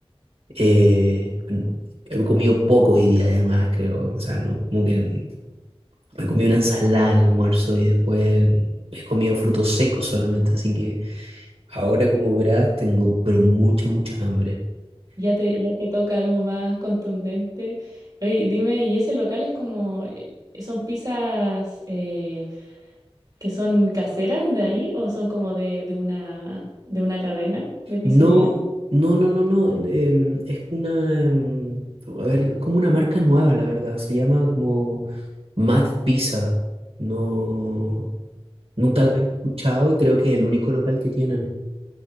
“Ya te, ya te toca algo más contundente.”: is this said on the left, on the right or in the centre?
Right